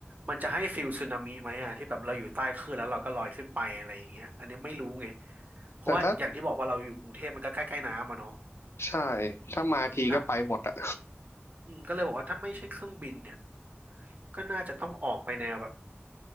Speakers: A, on the right; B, on the left.
A: มันจะให้ฟิลสึนามิไหมอะที่แบบเราอยู่ใต้คลื่นแล้วเราก็ลอยขึ้นไปอะไรอย่างเงี้ยอันนี้ไม่รู้ไงเพราะว่าอย่างที่บอกว่าเราอยู่กรุงเทพมันก็ใกล้ๆน้ำอะเนาะ
B: แต่ถ้าใช่ถ้ามาทีก็ไปหมดอะ
A: ถ้าอืมก็เลยบอกว่าถ้าไม่ใช่เครื่องบินเนี่ยก็น่าจะต้องออกไปแนวแบบ